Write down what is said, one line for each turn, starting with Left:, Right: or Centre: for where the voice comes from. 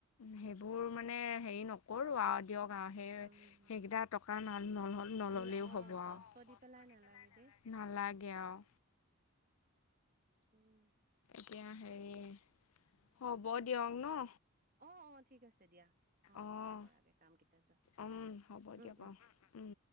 Left: সেইবোৰ মানে হেৰি নকৰো আৰু। দিয়ক আৰু সেই
Right: উম,
Left: সেইকেইটা
Right: উম।
Left: টকা নল'লেও
Right: অন অ'
Left: হ'ব আৰু।
Right: কষ্ট দি পেলাই নালাগে দেই।
Left: নালাগে আৰু।
Right: উম।
Left: এতিয়া হেৰি হ'ব দিয়ক ন।
Right: অ' অ' ঠিক আছে দিয়া অ'
Left: অঁ
Right: কৰাগে কাম কেইটা যোৱা।
Left: উম হ'ব
Right: উম,
Left: দিয়ক বাৰু,
Right: উম।
Left: উম।